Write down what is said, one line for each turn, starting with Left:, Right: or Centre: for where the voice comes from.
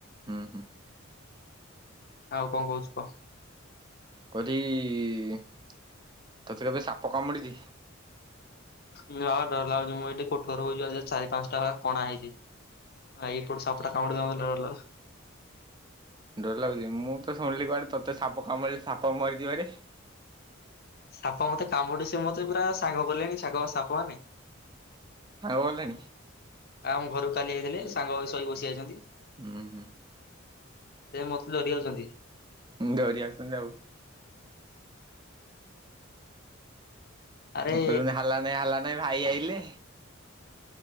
Right: ହୁଁ ହୁଁ।
Left: ଆଉ କଣ କହୁଚୁ କହ।
Right: କହିଲି ତତେ କେବେ ସାପ ପ କାମୁଡ଼ିଚି?
Left: ନା ଡର ଲାଗୁଚି ମୁଁ ଏଠି କୋଠ ଘରେ ବଇଚି ଆ ଦେହରେ ଚାରି ପାଞ୍ଚଟା ଭଳିଆ କଣା ହେଇଛି ଆଁ ଏଇପଟୁ ସାପଟା କାମୁଡି ଦବ ମତେ ଡର ଲାଗୁଚି।
Right: ଡର ଲାଗୁଚି ମୁଁ ତ ଶୁଣିଲି କୁଆଡେ ତୋତେ ସାପ କାମୁଡ଼ିଲେ ସାପ ମରିଯିବରେ।
Left: ସାପ ମତେ କାମୁଡି ସେ ମତେ ପୁରା ସାଙ୍ଗ କଲେଣି ସାଗ ସାପ ମାନେ।
Right: ସାଙ୍ଗ କଲେଣି?
Left: ଆମ ଘରକୁ କାଲି ଆଇଥିଲେ ସାଙ୍ଗ ହୋଇ ଶୋଇ ବସି ଯାଇଚନ୍ତି।
Right: ହୁଁ ହୁଁ।
Left: ସେ ମତେ ଡରି ଯାଉଚନ୍ତି।
Right: ଡ଼ରି ଆଉଚନ୍ତି ଯାଉ।
Left: ଆରେ
Right: ମୁଁ କହିଲିନା ହାଲା ନାଇ ହାଲା ନାଇ ଭାଇ ଆଇ ଲେ